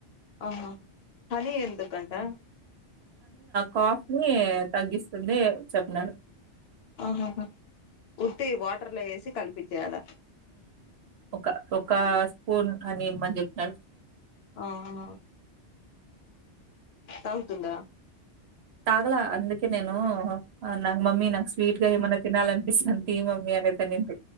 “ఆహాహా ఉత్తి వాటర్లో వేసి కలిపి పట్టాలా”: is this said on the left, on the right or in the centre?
Left